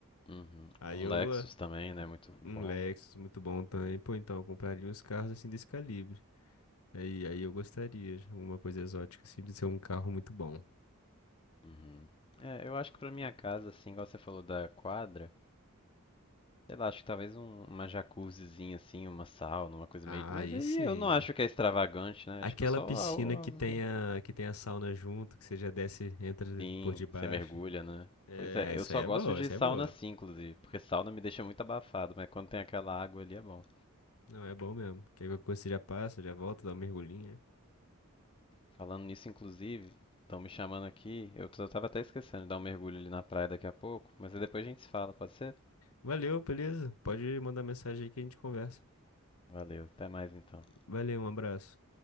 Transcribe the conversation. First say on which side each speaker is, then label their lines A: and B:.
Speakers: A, on the left; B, on the left.
A: Uhum.
B: Aí
A: Um
B: eu
A: Lexus também, né? Muito bom.
B: um Lexus muito bom também. Pô, então, eu compraria uns carros assim desse calibre. Aí, aí eu gostaria, uma coisa exótica assim, de ser um carro muito bom.
A: Uhum. É, eu acho que pra minha casa, assim, igual você falou da quadra, sei lá, acho que talvez um- uma jacuzzizinha, assim, uma sauna, uma coisa
B: Ah,
A: meio. Mas
B: aí
A: aí
B: sim.
A: eu não acho que é extravagante, né?
B: Aquela
A: Tipo, só
B: piscina
A: algo,
B: que
A: algo
B: tenha, que tenha sauna junto, que você já desce, entra
A: Sim,
B: por debaixo.
A: você mergulha, né?
B: É,
A: Pois é, eu
B: essa
A: só
B: aí é
A: gosto
B: boa,
A: de
B: essa
A: sauna
B: aí é boa.
A: assim, inclusive, porque sauna me deixa muito abafado, mas quando tem aquela água ali é bom.
B: Não, é bom mesmo. Porque qualquer coisa você já passa, já volta, dá uma mergulhinha.
A: Falando nisso, inclusive, estão me chamando aqui, eu t- eu tava até esquecendo de dar um mergulho ali na praia daqui a pouco, mas aí depois a gente se fala, pode ser?
B: Valeu, beleza? Pode mandar mensagem aí que a gente conversa.
A: Valeu, até mais então.
B: Valeu, um abraço.